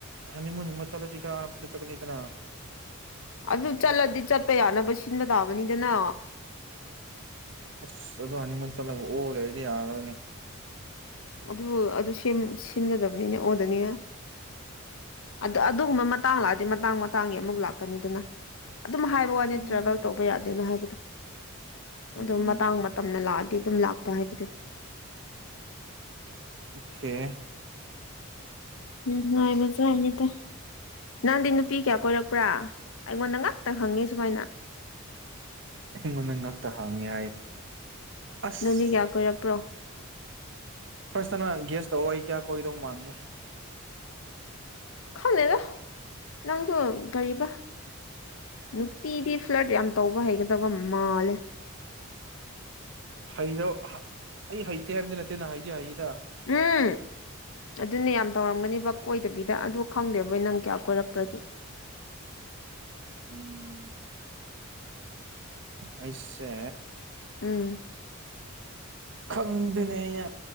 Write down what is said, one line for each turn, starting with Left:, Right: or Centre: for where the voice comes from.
Right: ꯍꯅꯤꯃꯨꯟ ꯒꯨꯝꯕ ꯆꯠꯂꯗꯤ ꯈꯔ ꯑꯔꯥꯞꯄꯗ ꯆꯠꯀꯅꯤꯗꯅ
Left: ꯑꯗꯨ ꯆꯠꯂꯗꯤ ꯆꯠꯄ ꯌꯥꯅꯕ ꯁꯤꯟꯕ ꯇꯥꯕꯅꯤꯗꯅ
Right: ꯑꯁ ꯑꯗꯣ ꯍꯅꯤꯃꯨꯟ ꯆꯠꯂꯒ ꯑꯣ ꯂꯩꯔꯗꯤ ꯌꯥꯔꯔꯣꯏꯅꯦ
Left: ꯑꯗꯨꯕꯨ ꯑꯗꯨ ꯁꯤꯝ ꯁꯤꯟꯒꯗꯕꯅꯤꯅꯦ ꯑꯣꯗꯅꯤ ꯉꯥꯏ ꯑꯗ ꯑꯗꯨꯒꯨꯝꯕ ꯃꯇꯥꯡ ꯂꯥꯛꯑꯗꯤ ꯃꯇꯥꯡ ꯃꯇꯥꯡꯒꯤ ꯑꯃꯨꯛ ꯂꯥꯛꯀꯅꯤꯗꯅ ꯑꯗꯨꯝ ꯍꯥꯏꯕ ꯋꯥꯅꯤ
Right: ꯎꯝ
Left: ꯇ꯭ꯔꯥꯕꯦꯜ ꯇꯧꯕ ꯌꯥꯗꯦꯅ ꯍꯥꯏꯕ
Right: ꯎꯝ
Left: ꯑꯗꯨꯝ ꯃꯇꯥꯡ ꯃꯇꯝꯅ ꯂꯥꯛꯑꯗꯤ ꯑꯗꯨꯝ ꯂꯥꯛꯄ ꯍꯥꯏꯕꯗꯨ
Right: ꯑꯣꯈꯦ
Left: ꯅꯨꯡꯉꯥꯢꯕ ꯖꯥꯠꯅꯤꯗ ꯅꯪꯗꯤ ꯅꯨꯄꯤ ꯀꯌꯥ ꯀꯣꯏꯔꯛꯄ꯭ꯔꯥ ꯑꯩꯉꯣꯟꯗ ꯉꯥꯛꯇ ꯍꯪꯉꯦ ꯁꯨꯃꯥꯏꯅ
Right: ꯑꯩꯉꯣꯟꯗ ꯉꯛꯇ ꯍꯪꯉꯦ ꯍꯥꯏꯔꯤꯅꯦ ꯑꯁ
Left: ꯅꯪꯗꯤ ꯀꯌꯥ ꯀꯣꯏꯔꯛꯄ꯭ꯔꯣ
Right: ꯐꯥꯔꯁꯇꯅ ꯒꯦꯁ ꯇꯧꯑꯣ ꯑꯩ ꯀꯌꯥ ꯀꯣꯏꯒꯗꯧ ꯃꯥꯟꯒꯦ
Left: ꯈꯪꯗꯦꯗ ꯅꯪꯗꯣ ꯀꯔꯤꯕ ꯅꯨꯄꯤꯗꯤ ꯐ꯭ꯂꯗ ꯌꯥꯝ ꯇꯧꯕ ꯍꯩꯒꯗꯕ ꯃꯥꯜꯂꯦ
Right: ꯍꯩ <unintelligible> ꯑꯩ ꯍꯩꯇꯦ ꯍꯥꯏꯕꯗꯤ ꯅꯠꯇꯦꯅ ꯍꯩꯗꯤ ꯍꯩ
Left: ꯎꯝ ꯑꯗꯨꯅꯦ ꯌꯥꯝ ꯇꯧꯔꯝꯒꯅꯤꯕ ꯀꯣꯏꯗꯕꯤꯗ ꯑꯗꯨ ꯈꯪꯗꯦꯕꯣ ꯅꯪ ꯀꯌꯥ ꯀꯣꯏꯔꯛꯄ꯭ꯔꯗꯤ
Right: ꯎꯝ ꯑꯩꯁꯦ
Left: ꯎꯝ
Right: ꯈꯪꯗꯦꯅꯦ ꯑꯩꯅ